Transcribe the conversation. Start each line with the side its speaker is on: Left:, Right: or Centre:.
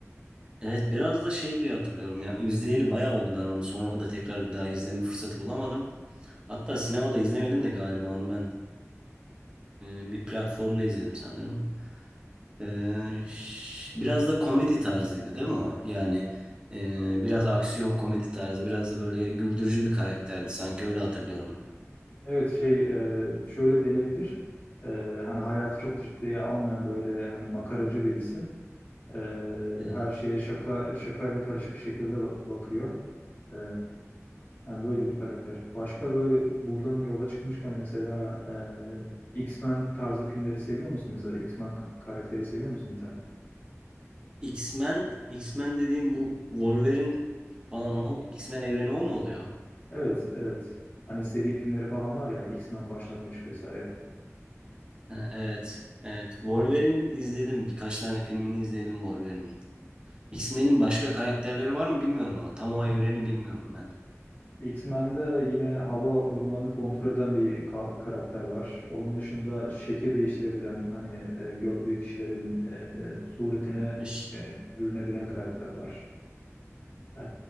Right: Evet, biraz da şey diye hatırlıyorum ya. İzleyeli bayağı oldu ben onu. Sonra da tekrar bir daha izleme fırsatı bulamadım. Hatta sinemada izlemedim de galiba onu ben. Ee, bir platformda izledim sanırım. Ee, ş- biraz da komedi tarzıydı değil mi o? Yani e, biraz aksiyon komedi tarzı, biraz da böyle güldürücü bir karakterdi sanki öyle hatırlıyorum.
Left: Evet şey e, şöyle denebilir. E, hani hayatı çok ciddiye almayan böyle hani makaracı birisi. E,
Right: Evet.
Left: her şeye şaka şakayla karışık şekilde ba- bakıyor. Ee, Yani böyle bir karakter. Başka böyle buradan yola çıkmışken mesela e, X-Men tarzı filmleri seviyor musun? Mesela X-Men k- karakteri seviyor musun bir tane?
Right: X-Men, X-Men dediğim bu Wolverine falan o X-Men evreni o mu oluyor?
Left: Evet, evet. Hani seri filmleri falan var ya X-Men Başlangıç vesaire.
Right: Ha, evet. Evet. Wolverine izledim. Birkaç tane filmini izledim Wolverine'in. X-Men'in başka karakterleri var mı bilmiyorum ama tam o evreni bilmiyorum ben.
Left: X-Men'de yine hava durumlarını kontrol eden bir ka- karakter var. Onun dışında şekil değiştirebilen, hani e, gördüğü kişilerin e, suretine
Right: Eş-
Left: e, bürünebilen karakter var. E,